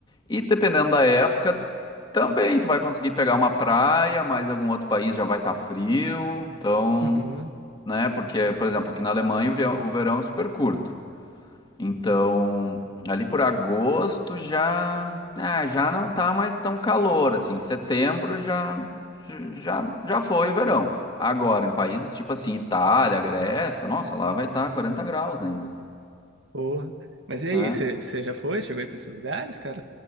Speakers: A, on the left (about 25°); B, on the right (about 65°).
A: E dependendo da época, também tu vai conseguir pegar uma praia, mas algum outro país já vai estar frio, então.
B: Uhum,
A: né? Porque, por exemplo, aqui na Alemanha o ve- o verão é super curto. Então, ali por agosto já, é, já não tá mais tão calor, assim. Setembro já, já, já foi verão. Agora, em países tipo assim, Itália, Grécia, nossa, lá vai estar 40 graus ainda.
B: porra. Mas e aí,
A: né?
B: você você já foi? Chegou aí pra esses lugares, cara?